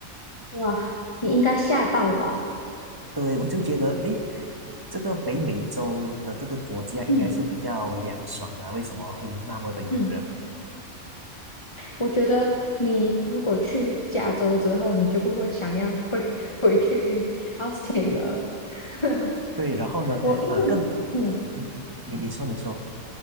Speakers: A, on the left; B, on the right.
A: 哇，你应该吓到吧？
B: <laughs> 对，我就觉得，诶，这个北美洲的这个国家应该是比较凉爽的啊为什么会那么的炎热？
A: 嗯嗯，我觉得你如果去加州之后，你就不会想要回回去 Austin 了。<laughs>
B: 对，然后呢，
A: 我因为嗯
B: 呃，更，嗯，你你说你说，